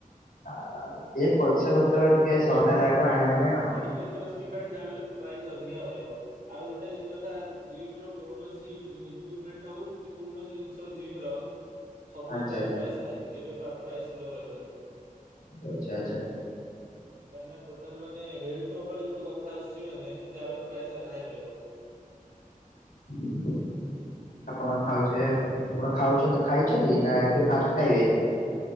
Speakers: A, on the left; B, on the right.
A: ତ ପଇସା ପତ୍ର ଟିକେ ସଟ ହେଲାଠୁ ଆଣିହଉନି ଆଉ।
B: <unintelligible> ଯାହାବି ହେଲେ ପ୍ରାଇଜ ଅଧିକା ରହିବ ଆଉ ଗୋଟେ ବି କଥା ଜିମ ର କୌଣସି ଇକୁମେଣ୍ଟ ହଉ କି କୌଣସି ଜିନିଷ ଜିମ ର ସବୁ
A: ଆଚ୍ଛା
B: ତାର
A: ଆଚ୍ଛା
B: ପ୍ରାଇସ୍ ହାଇ କେବେ ପ୍ରା ପ୍ରାଇସ୍ ଲୋ ରହିବନି।
A: ଆଚ୍ଛା ଆଚ୍ଛା।
B: କାହିଁକି ନା ଟୋଟାଲ ମାନେ ହେଲଥ ଉପରେ ଯୋଉଠି କଥା ଆସୁଛି ମାନେ ଯାହା ବି ହେଲେ ପ୍ରାଇସ ହାଇ ରହିବ।
A: <inaudible> ଆପଣ ଖାଉଚ ଆପଣ ଖାଉ ଖାଇଛନ୍ତି ନା ଏବେ ଫାଷ୍ଟ ଖାଇବେ?